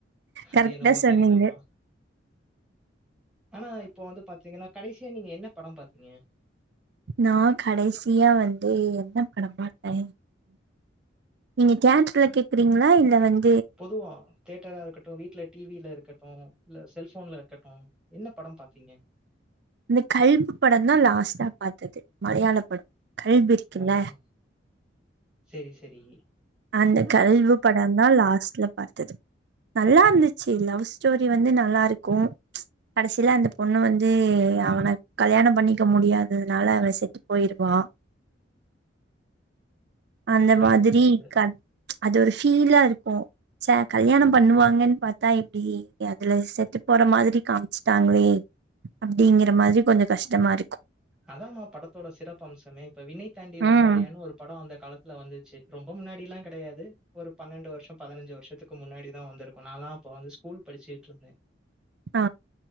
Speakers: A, on the right; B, in the centre.
A: கரெக்டா
B: அது என்னவோ
A: சொன்னீங்க
B: சரிதாம்மா. ஆனா இப்போ வந்து பாத்தீங்கன்னா கடைசியா நீங்க என்ன படம் பாத்தீங்க
A: நா கடைசியா வந்து என்ன படம் பாத்தே நீங்க தேட்டுர்ல கேக்குறீங்களா இல்ல வந்
B: பொதுவா தேட்டரா இருக்கட்டு வீட்ல டிவியில இருக்கட்டு டு இல்ல செல்போன்ல இருக்கட்டு என்ன படம் பாத்தீங்க
A: இந்த கல்பு படோ தா லாஸ்டா பாத்தது மலையாள படம் கல்பு இருக்குல்ல
B: ம் செரி செரி
A: அந்த கல்வு படந்தா லாஸ்ட்ல பாத்தது நல்லா இரு இருந்துச்சு லவ் ஸ்டோரி வந்து நல்லா இருக்கு ச்சி கடைசியில அந்த பொண்ணு வந்து அவன கல்யாணம் பண்ணிக்க முடியாததுனால அவ செத்து போயிருவா அந்த
B: புரியுது,
A: மாதிரி
B: புரியுது.
A: கத் அது ஒரு ஃபீலா இருக்கு ச கல்யாணம் பண்ணுவாங்கன்னு பாத்தா இப்டி அதுல செத்து போற மாதிரி காமிச்சுட்டாங்களே அப்டிங்கிற மாரி கொஞ்சோ கஷ்டமா இருக்கு
B: அதமா படத்தோட சிறப்பு அம்சமே இப்ப விண்ணை தாண்டி வருவாயான்னு
A: ம்
B: ஒரு படம் அந்த காலத் துல வந்துச்சு ரொம்ப முன்னாடில்லா கெடையாது ஒரு பன்னெண்டு வர்ஷோ பதினஞ்சு வர்ஷத்துக்கு முன்னாடிதா வந்திருக்கு நாலாப் அப்ப வந்து ஸ்கூல் படிச்சுட்டு இருந்தே
A: ஆ